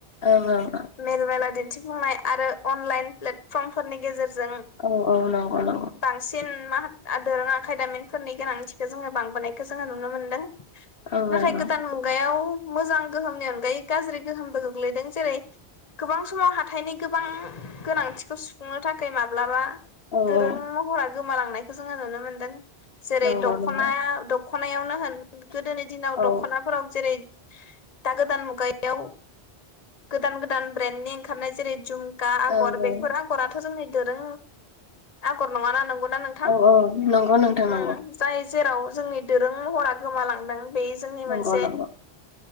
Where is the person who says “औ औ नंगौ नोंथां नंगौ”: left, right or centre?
Left